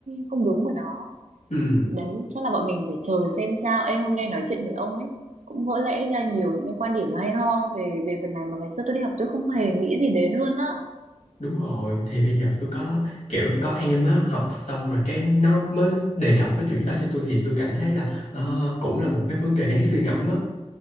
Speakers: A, on the right; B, on the left.
A: không đúng của nó.
B: ừ
A: Đấy, chắc là bọn mình phải chờ xem sao. Ê, hôm nay nói chuyện với ông ấy cũng vỡ lẽ ra nhiều những cái quan điểm hay ho về về phần này mà ngày xưa tôi đi học tôi không hề nghĩ gì đến luôn á.
B: đúng rồi thì bây giờ tôi có kiểu có em á học xong rồi cái nó mới đề cập với chuyện đó cho tôi thì tôi cảm thấy là ờ, cũng là một cái vấn đề đáng suy ngẫm á